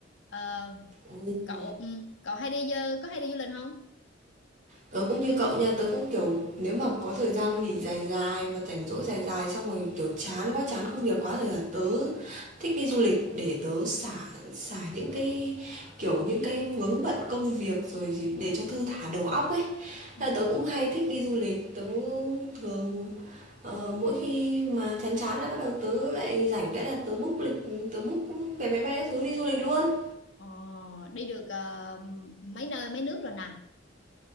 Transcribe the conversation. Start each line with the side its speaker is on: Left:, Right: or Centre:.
Left: Ờ,
Right: ừm.
Left: cậu ừ, cậu hay đi ờ, có hay đi du lịch không
Right: Tớ cũng như cậu nha, tớ cũng kiểu nếu mà có thời gian nghỉ dài dài mà rảnh rỗi dài dài xong rồi kiểu chán quá, chán công việc quá thì là tớ thích đi du lịch để tớ xả xả những cái kiểu những cái vướng bận công việc rồi gì để cho thư thả đầu óc ấy.
Left: ừ.
Right: Thế Là tớ cũng hay thích đi du lịch, tớ thường ờ, mỗi khi mà chán chán là bắt đầu tớ lại rảnh cái là tớ book lịch, tớ book vé máy bay các thứ đi du lịch luôn.
Left: Ờ, đi được ờ, mấy nơi mấy nước rồi nè